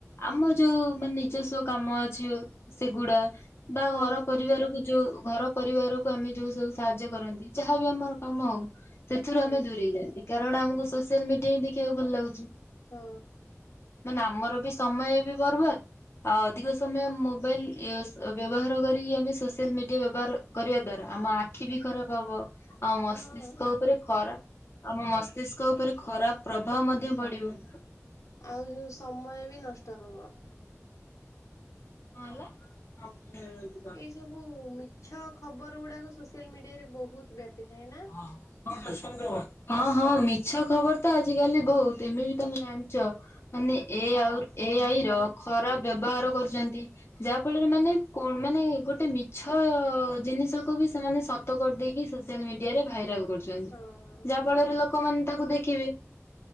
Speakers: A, on the left (about 50°); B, on the left (about 85°).
A: ଆମ ଯୋଉ ମାନେ ନିଜସ୍ଵ କାମ ଅଛି ଆଉ ସେଗୁଡା ବା
B: ହଁ
A: ଘର ପରିବାର କୁ ଯୋଉ ଘର ପରିବାର କୁ ଆମେ ଯୋଉ ସବୁ ସାହାଯ୍ୟ କରନ୍ତି ଯାହାବି ଆମର କାମ ହଉ ସେଥୁରୁ
B: ହଁ
A: ଆମେ ଦୂରେଇ ଯାଆନ୍ତି କାରଣ ଆମୁକୁ ସୋସିଆଲ ମିଡିଆ ହିଁ ଦେଖିଆକୁ ଭଲ ଲାଗୁଛି।
B: ହଁ।
A: ମାନେ ଆମର ବି ସମୟ ବି ବରବାଦ ଆଉ ଅଧିକ ସମୟ ମୋବାଇଲ ୟୁଜ ବ୍ୟବହାର କରିକି ଆମେ ସୋସିଆଲ ମିଡିଆ ବ୍ୟବହାର କରିବା ଦ୍ଵାରା ଆମ ଆ ଖି ବି ଖରାପ ହବ ଆଉ ମସ୍ତିଷ୍କ
B: ହଁ
A: ଉପରେ ଖରା ଆମ ମସ୍ତିଷ୍କ ଉପରେ ଖରାପ ପ୍ରଭାବ ମଧ୍ୟ ପଡିବ।
B: ଆଉ ଯୋଉ ସମୟ ବି ନଷ୍ଟ ହବ।
A: କଁ ହେଲା।
B: ଏଇ ସବୁ ମିଛ ଖବର ଗୁଡାକ ସୋସିଆଲ ମିଡିଆ ରେ ବୋହୁତ ବ୍ୟାପି ଥାଏ ନା।
A: ହଁ ହଁ କଣ <unintelligible> ହଁ ହଁ ମିଛ ଖବର ତ ଆଜିକାଲି ବୋହୁତ ଏମେ ବି ତମେ ଜାଣିଚ ମାନେ ଏ ଆଉ ଏ ଆଇ ର ଖରାପ ବ୍ୟବହାର କରୁଚନ୍ତି। ଯାହା ଫଳରେ ମାନେ କଣ ମାନେ ଗୋଟେ ମିଛ ଜିନିଷକୁ ବି ସେମାନେ ସ ତ କରି ଦେଇକି ସୋସିଆଲ ମିଡିଆରେ ଭାଇରାଲ କରୁଛନ୍ତି
B: ହଁ
A: ଯାହାଫଳରେ ଲୋ କମାନେ ତାକୁ ଦେଖିବେ।